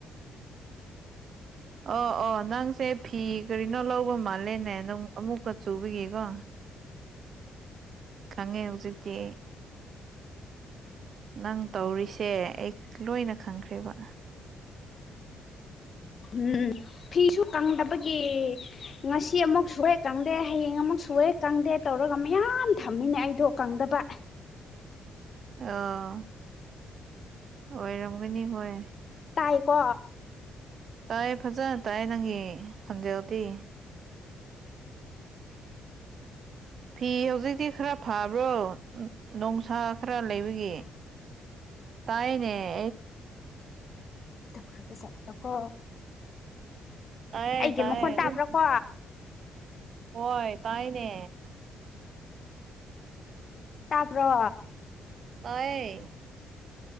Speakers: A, on the right (about 55°); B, on the left (about 45°).
A: ꯑꯣ ꯑꯣ ꯅꯪꯁꯦ ꯐꯤ ꯀꯔꯤꯅꯣ ꯂꯧꯕ ꯃꯥꯜꯂꯦꯅꯦ ꯅꯪ ꯑꯃꯨꯛ ꯈꯨꯠ ꯆꯨꯕꯥꯒꯤꯒꯣ ꯈꯪꯉꯦ ꯍꯧꯖꯤꯛꯇꯤ ꯅꯪ ꯇꯧꯔꯤꯁꯦ ꯑꯩ ꯂꯣꯏꯅ ꯈꯪꯈ꯭ꯔꯦꯕ <inaudible>
B: ꯎꯝ ꯐꯤꯁꯨ ꯀꯪꯗꯕꯒꯤ ꯉꯁꯤ ꯑꯃꯨꯛ ꯁꯨꯔꯦ ꯀꯪꯗꯦ ꯍꯌꯦꯡ ꯑꯃꯨꯛ ꯁꯨꯔꯦ ꯀꯪꯗꯦ ꯇꯧꯔꯒ ꯃꯌꯥꯝ ꯊꯝꯃꯤꯅꯦ ꯑꯩꯗꯣ ꯀꯪꯗꯕ
A: ꯑꯥ ꯑꯣꯏꯔꯝꯒꯅꯤ ꯍꯣꯏ
B: ꯇꯥꯏꯀꯣ
A: ꯇꯥꯏꯌꯦ ꯐꯖꯅ ꯇꯥꯏꯌꯦ ꯅꯪꯒꯤ ꯈꯣꯟꯖꯦꯜꯗꯤ ꯐꯤ ꯍꯧꯖꯤꯛꯇꯤ ꯈꯔꯥ ꯐꯥꯕ꯭ꯔꯣ ꯅꯨꯡꯁꯥ ꯈꯔ ꯂꯩꯕꯒꯤ ꯇꯥꯏꯌꯦꯅꯦ
B: ꯇꯧꯔꯒꯥ ꯆꯠꯂꯣꯀꯣ
A: ꯇꯥꯏꯌꯦ
B: ꯑꯩꯒꯤ
A: ꯇꯥꯏꯌꯦ
B: ꯃꯈꯣꯟ ꯇꯥꯕ꯭ꯔꯥꯀꯣ
A: ꯑꯗꯨꯝ ꯍꯣꯏ ꯇꯥꯏꯌꯦꯅꯦ
B: ꯇꯥꯕ꯭ꯔꯣ
A: ꯇꯥꯏꯌꯦ